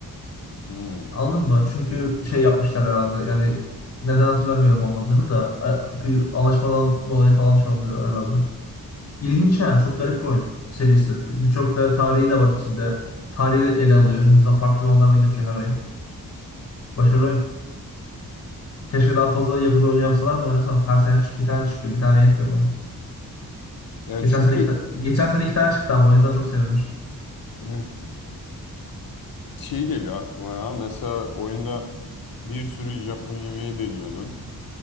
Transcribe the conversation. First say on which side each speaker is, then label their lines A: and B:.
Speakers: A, on the left (about 65°); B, on the left (about 40°).
A: Hmm.
B: Anladın mı? Çünkü şey yapmışlar herhalde. Yani neden hatırlamıyorum olmadığını da e, bir anlaşmadan dolayı falan şey oluyor herhalde. İlginç yani. Çok garip bir oyun serisi. Birçok da tarihi de var içinde. Tarihi de ele alıyor. Şimdi zaten farklı zamanlarda geçiyor her oyun. Başarılı oyun. Keşke daha fazla Yakuza oyunu yapsalar da oynasam. Her sene bir tane çıkıyor. Bir tane yetmiyor bana.
A: Ya
B: Geçen
A: çünkü
B: sene iki, ta- geçen sene iki tane çıktı ama o yüzden çok sevinmiştim.
A: <laughs> şey geliyor aklıma ya. Mesela oyunda bir sürü Japon yemeği deniyordun.